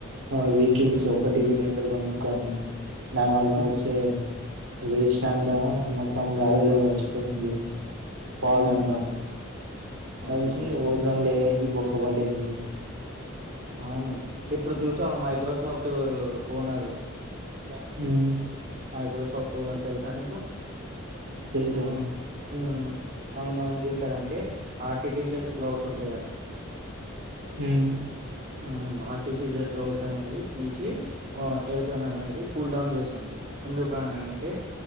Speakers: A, on the right (about 85°); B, on the right (about 40°).
A: ఆ వెహికిల్స్
B: ఉమ్
A: ఒకటికి రెండు కొను కానీ దానివల్ల
B: ఉమ్
A: వచ్చే వేస్ట్ అంటావా మొత్తం గాలిలో కలిసిపోతుంది. పోగాఅంతా
B: ఉమ్ అవునవును
A: మంచి ఓజోన్ లేయర్ కి బొక్క పడింది.
B: అవును ఇప్పుడు చూసావా మైక్రోసాఫ్ట్వేర్ ఓనర్ యా <unintelligible>
A: ఉమ్,
B: మైక్రోసాఫ్ట్ ఓనర్ తెలుసా నీకు?
A: ఇంజన్
B: ఉమ్ ఉమ్ ఆయన ఏం చేశాడంటే ఆర్టిఫిషియల్ క్లౌడ్స్ ఉంటయి కదా
A: ఉమ్
B: ఉ ఆ టిఫిషిల్ క్లోడ్స్ అనేవి తీసి ఎరుకన్ అనేది ది కూల్ డౌన్ చేసిండు ఎందుకని అంటే